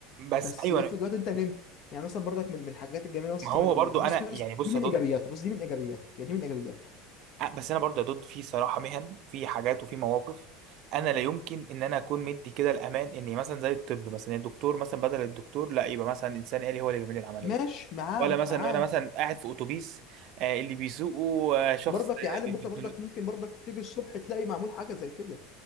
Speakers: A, on the right; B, on the left.
A: بس
B: بس
A: ايوه
B: افرض
A: أنا-
B: دلوقتي انت نمت يعني مثلا برضك من من الحاجات الجميلة مثلا
A: ما هو
B: اللي-
A: برضو
B: بص
A: انا
B: بص
A: يعني بص
B: دي من
A: يا دود
B: ايجابياته بس دي من ايجابياته يعني دي من ايجابياته
A: أ- بس انا برضو يا دود في صراحه مهن في حاجات وفي مواقف انا لا يمكن ان انا اكون مدي كده الامان اني مثلا زي الطب مثلا الدكتور مثلا بدل الدكتور لا يبقى مثلا انسان آلي هو اللي بيعمل لي العمليه
B: ماشي معاك
A: ولا مثلا
B: معاك
A: انا مثلا قاعد في اتوبيس آه، اللي بيسوقه آه، شخص
B: برضك يا عالم بكره برضك
A: آه،
B: ممكن برضك تيجي الصبح تلاقي معمول حاجه زي كده